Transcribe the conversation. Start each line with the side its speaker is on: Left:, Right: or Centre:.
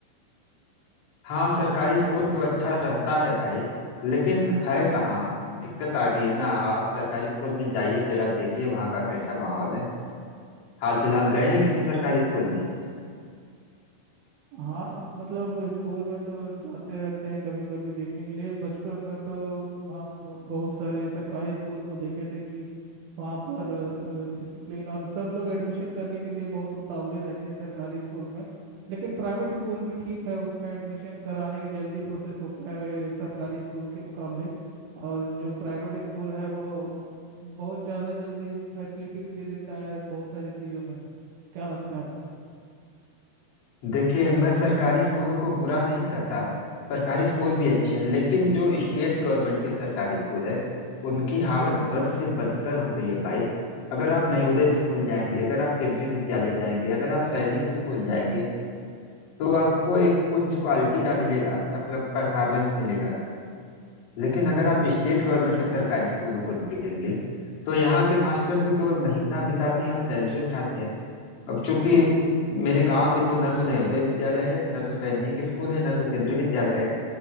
Left: हाँ सरकारी स्कूल तो अच्छा रहता है भाई लेकिन है कहाँ दिक्कत आ गई है ना आप सरकारी स्कूल में जाइए जरा देखिए वहाँ का कैसा माहौल है हाल फिलहाल गए हैं किसी सरकारी स्कूल में
Right: हाँ मतलब स्कूल में तो जाते रहते हैं कभी कभी देखने के लिए बचपन में तो हम बहुत सारे सरकारी स्कूल को देखे थे कि वहाँ पर डिसिप्लिन और सब लोग एडमिशन करने के लिए बहुत उतावले रहते हैं सरकारी स्कूल में लेकिन प्राइवेट स्कूल भी ठीक है उसमें एडमिशन कराने की जल्दी प्रोसेस होता है वे सरकारी स्कूल के मुकाबले और जो प्राइवेट स्कूल है वो बहुत ज़्यादा जल्दी फैसिलिटी भी दे देता है बहुत सारी चीज़ों में क्या लगता है आपको
Left: देखिए मैं सरकारी स्कूलों को बुरा नहीं कहता सरकारी स्कूल भी अच्छे हैं लेकिन जो स्टेट गवर्नमेंट के सरकारी स्कूल है उनकी हालत बद से बदतर हो गई है भाई अगर आप नवोदय स्कूल जाएंगे अगर आप केंद्रीय विद्यालय जाएंगे अगर आप सैनिक स्कूल जाएंगे तो आपको एक उच्च क्वालिटी का मिलेगा मतलब परफॉर्मेंस मिलेगा लेकिन अगर आप स्टेट गवर्नमेंट के सरकारी स्कूलों को देखेंगे तो यहाँ के मास्टर तो केवल महीना बिताते हैं और सैलरी उठाते हैं अब चूंकि मेरे गांव में तो न तो नवोदय विद्यालय है न तो सैनिक स्कूल है न तो केंद्रीय विद्यालय है